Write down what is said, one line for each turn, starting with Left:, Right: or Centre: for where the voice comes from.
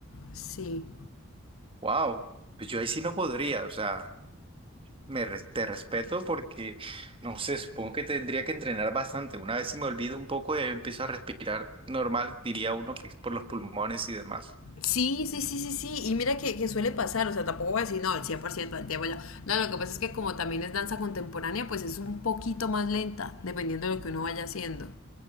Left: Sí.
Right: Wow, pues yo ahí sí no podría, o sea, me res- te respeto porque no sé, supongo que tendría que entrenar bastante. Una vez se me olvida un poco y empiezo a respirar normal, diría uno que es por los pulmones y demás.
Left: Sí, sí, sí, sí, sí. Y mira que, que suele pasar, o sea, tampoco voy a decir, no, el 100% del tiempo ya. No, lo que pasa es que como también es danza contemporánea, pues es un poquito más lenta, dependiendo de lo que uno vaya haciendo.